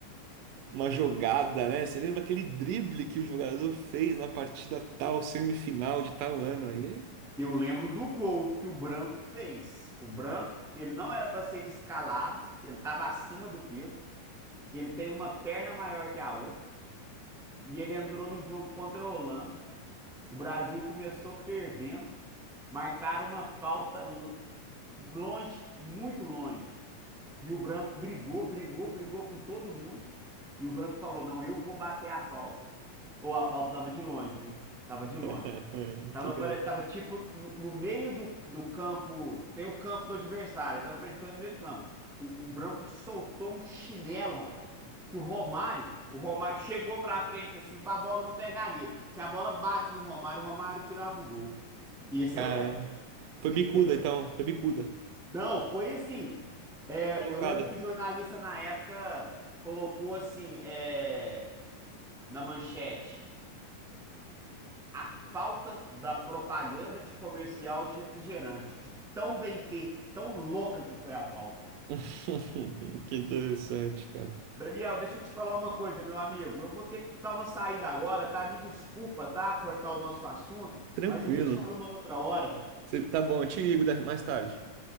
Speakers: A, on the right (about 85°); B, in the centre.
A: Uma jogada, né? Você lembra aquele drible que o jogador fez na partida tal, semifinal de tal ano aí?
B: Eu lembro do gol que o Branco fez. O Branco, ele não era pra ser escalado, ele tava acima do peso, ele tem uma perna maior que a outra, e ele entrou no jogo contra a Holanda. O Brasil começou perdendo, marcaram uma falta l- longe, muito longe. E o branco brigou, brigou, brigou com todo mundo. E o branco falou: Não, eu vou bater a falta. Ou a falta tava de longe, viu? Tava de longe.
A: <laughs>
B: Tava,
A: Que legal.
B: pare- tava tipo no, no meio do, do campo. Tem o campo do adversário. ele Tava praticando no meio do campo. O, o Branco soltou um chinelo, rapaz. Que o Romário, o Romário chegou pra frente assim pra bola não pegar nele. Se a bola bate no Romário, o Romário tirava o gol. E esse
A: Caramba.
B: eu lembro. <laughs>
A: Foi
B: Esse
A: bicuda,
B: eu lembro.
A: então. Foi bicuda.
B: Não, foi assim. é,
A: Colocada.
B: eu lembro que o jornalista na época colocou assim, é, na manchete. a falta da propaganda de comercial de refrigerante, de tão bem feito, tão louca que foi a pauta.
A: <laughs> Que interessante, cara.
B: Daniel, deixa eu te falar uma coisa, meu amigo. Eu vou ter que dar uma saída agora, tá? Me desculpa, tá? Cortar o nosso assunto,
A: Tranquilo.
B: mas a gente fala uma outra hora.
A: Você- Tá bom, eu te ligo da- mais tarde.